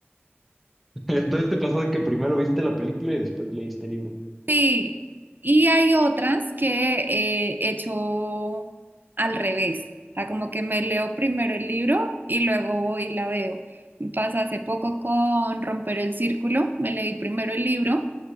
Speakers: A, in the centre; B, on the right.
A: <laughs> Entonces te pasó que primero viste la película y después leíste el libro.
B: sí. Y hay otras que eh, he hecho al revés, o sea, como que me leo primero el libro y luego voy y la veo. Me Pasa hace poco con Romper el Círculo, me leí primero el libro